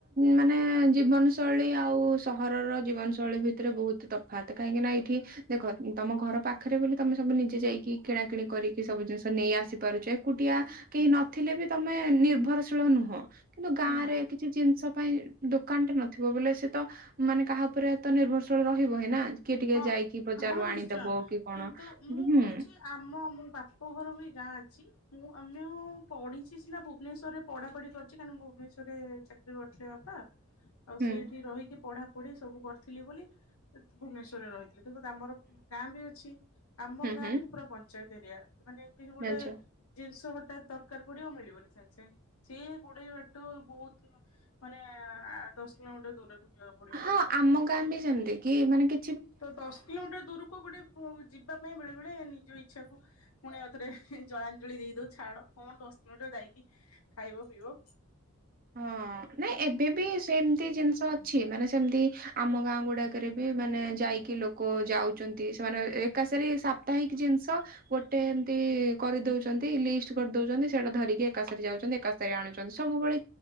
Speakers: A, on the right (about 40°); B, on the left (about 80°).
A: ମାନେ ଜୀବନ ଶୈଳୀ ଆଉ ସହରର ଜୀବନଶୈଳୀ ଭିତରେ ବହୁତ ତଫାତ କାହିଁକି ନା ଏଠି ଦେଖ ତମ ଘର ପାଖରେ ବୋଲି ତମେ ସବୁ ନିଜେ ଯାଇକି କିଣା କିିଣି କରିକି ସବୁ ଜିନିଷ ନେଇ ଆସି ପାରୁଛ ଏକୁଟିଆ କେହି ନଥିଲେ ବି ତମେ ନିର୍ଭରଶୀଳ ନୁହଁ, କିନ୍ତୁ ଗାଁଆରେ
B: ନା
A: କିଛି ଜିନିଷ ପାଇଁ ଦୋକାନଟେ ନ ଥିବ ବୋଲେ ସେ ତ ମାନେ କାହା ଉପରେ ତ ନିର୍ଭରଶୀଳ ରହିବ ହି ନା? କିଏ ଟିକେ
B: ହଁ।
A: ଯାଇକି ବଜାରରୁ
B: ହଁ ନିଶ୍ଚୟ
A: ଆଣିଦେବ କି କଣ
B: କିନ୍ତୁ ମୁଁ
A: ହୁଁ।
B: କହୁଛି ଆମ ମୋ ବାପ ଘର ବି ଗାଁ ଅଛି ମୁଁ ଆମେ ଓ ପଢ଼ିଚି ସିନା ଭୁବନେଶ୍ୱରରେ ପଢା ପଢି କରିଛି କାହିଁନା ଭୁବନେଶ୍ଵରରେ ଚାକିରି କରିଥିଲେ ବାପା। ଆଉ
A: ହୁଁ
B: ସେଇଠି ରହିକି ପଢା ପଢି ସବୁ କରିଥିଲି ବୋଲି ଭୁବନେଶ୍ଵରରେ ରହିଥିଲି। ଦେଖନ୍ତୁ ଆମର ଗାଁ ବି ଅଛି ଆମ
A: ହୁଁ
B: ଗାଁ
A: ହୁଁ
B: କିନ୍ତୁ ପୁରା ପଞ୍ଚାୟତ ଏରିଆ ମାନେ କିଛି ଗୋଟେ
A: ଜାଣିଛ
B: ଜିନିଷ ହଟାତ୍ ଦରକାର ପଡ଼ିବ ମିଳିବନି ସାଙ୍ଗ ସାଙ୍ଗ ସେ ଗୁଡ଼ାଏ ବାଟ ବୋହୁତ ମାନେ ଆ ଦସ କିଲୋମିଟର୍ ଦୁରକୁ ଯିବାକୁ ପଡ଼ିବ।
A: ହଁ ଆମ ଗାଁ ବି ସେମିତି କି ମାନେ କି
B: ତ ଦଶ କିଲୋମିଟର ଦୂରୁକୁ ଗୋଟେ ପୁ ଯିବାପାଇଁ ବେଳେ ବେଳେ ନିଜ ଇଚ୍ଛାକୁ ପୁଣି ଆଉଥରେ ଜଳାଞଳି ଦେଇଦଉ ଛାଡ କଣ ଦଶ ମିନିଟ ଯାଇକି ଖାଇବ ପିଇବ
A: ହଁ ନାଇଁ ଏବେ ବି ସେମତି ଜିନିଷ ଅଛି ମାନେ ସେମତି ଆମ ଗାଁ ଗୁଡା କେରେ ବି ମାନେ ଯାଇକି ଲୋକ ଯାଉଚନ୍ତି ସେମାନେ ଏକାସେରି ସାପ୍ତାହିକ ଜିନିଷ ଗୋଟେ ଏମତି କରିଦଉଛନ୍ତି ଲିଷ୍ଟ୍ କରିଦଉଛନ୍ତି ସେଇଟା ଧରିକି ଏକାସରେ ଯାଉଛନ୍ତି ଏକାସରେ ଆଣୁଛନ୍ତି ସବୁବେଳେ